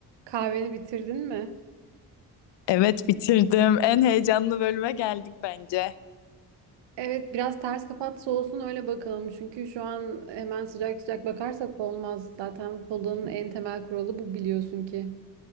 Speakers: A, on the right; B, on the left.
A: Kahveni bitirdin mi?
B: Evet bitirdim. En heyecanlı bölüme geldik bence.
A: Evet, biraz ters kapat olsun öyle bakalım. Çünkü şu an hemen sıcak sıcak bakarsak olmaz. Zaten Pola'nın en temel kuralı bu biliyorsun ki.